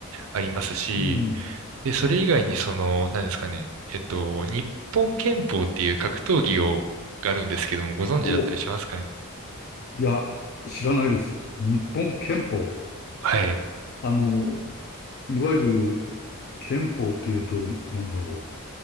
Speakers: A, on the right; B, on the left.
A: ありますし、
B: うん。
A: で、それ以外にその、何ですかね、えっと、日本拳法っていう格闘技を、があるんですけども、ご存知だったりしますかね。
B: お、いや、知らないです。日本憲法。
A: はい。
B: あの、いわゆる憲法っていうと、なんだろ